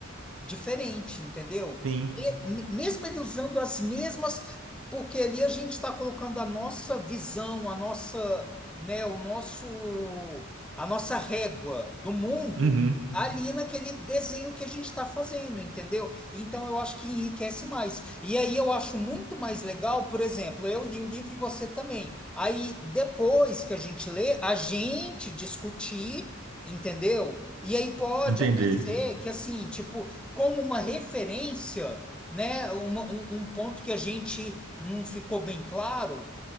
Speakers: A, in the centre; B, on the right.
A: diferente, entendeu?
B: Sim.
A: E me- mesmo ele usando as mesmas, porque ali a gente está colocando a nossa visão, a nossa, né, o nosso, a nossa régua do mundo
B: Uhum.
A: ali naquele desenho que a gente está fazendo, entendeu? Então eu acho que enriquece mais. E aí eu acho muito mais legal, por exemplo, eu li o livro e você também. Aí depois que a gente lê, a gente discutir, entendeu? E aí pode
B: Entendi.
A: até ser que assim, tipo como uma referência, né, uma- um, um ponto que a gente não ficou bem claro,